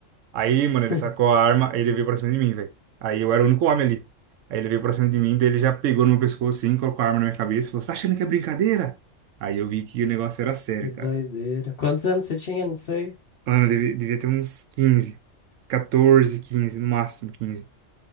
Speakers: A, on the right; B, on the left.
A: Aí, mano,
B: <laughs>
A: ele sacou a arma, aí ele veio pra cima de mim, velho. Aí eu era o único homem ali. Aí ele veio pra cima de mim, daí ele já pegou no meu pescoço assim, colocou a arma na minha cabeça e falou, você tá achando que é brincadeira? Aí eu vi que o negócio era sério,
B: Que doideira.
A: cara.
B: Quantos anos você tinha? Não sei.
A: Mano, eu devia, devia ter uns 15, 14, 15, no máximo 15.